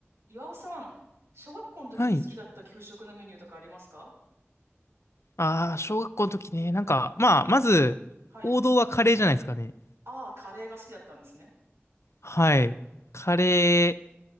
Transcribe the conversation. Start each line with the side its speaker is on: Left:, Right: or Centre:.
Right: 岩尾さん、小学校の時に好きだった給食のメニューとかありますか
Left: はい。ああ、小学校の時ね。なんか、まあ、まず、
Right: はい。
Left: 王道はカレーじゃないですかね。
Right: ああ、カレーが好きだったんですね。
Left: はい。カレ